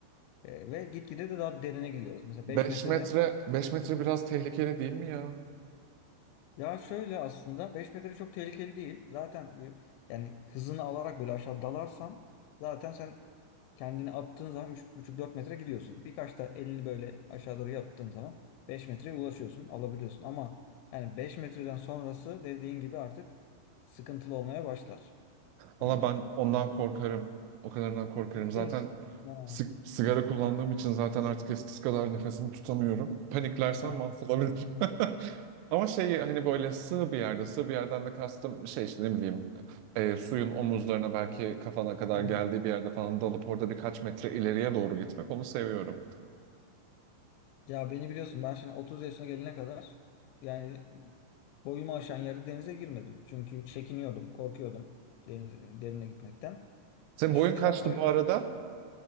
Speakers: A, on the left (about 85°); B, on the right (about 80°).
A: Ee, ve gitgide de daha derine gidiyoruz. Mesela
B: beş
A: 5 metrede
B: metre 5 metre biraz tehlikeli değil mi ya?
A: Ya şöyle aslında 5 metre çok tehlikeli değil. Zaten e, yani hızını alarak böyle aşağı dalarsan zaten sen kendini attığın zaman üç buçuk dört metre gidiyorsun. Birkaç da elini böyle aşağı doğru yaptığın zaman 5 metreye ulaşıyorsun, alabiliyorsun. Ama yani 5 metreden sonrası dediğin gibi artık sıkıntılı olmaya başlar.
B: Valla
A: Yani.
B: ben ondan korkarım. O kadarından korkarım.
A: Ciddi
B: Zaten
A: misin? Ha,
B: sig- sigara kullandığım için zaten artık eskisi kadar nefesimi tutamıyorum. Paniklersem
A: ha,
B: mahvolabilirim. <laughs> Ama şey hani böyle sığ bir yerde, sığ bir yerden de kastım şey işte ne bileyim e, suyun omuzlarına belki kafana kadar
A: ha.
B: geldiği bir yerde falan dalıp orada birkaç metre ileriye doğru gitmek onu seviyorum.
A: Ya beni biliyorsun ben şimdi 30 yaşına gelene kadar yani boyumu aşan yerde denize girmedim. Çünkü çekiniyordum, korkuyordum deniz derine gitmekten.
B: Senin
A: E
B: boyun
A: şu
B: kaçtı
A: an öyle.
B: bu arada?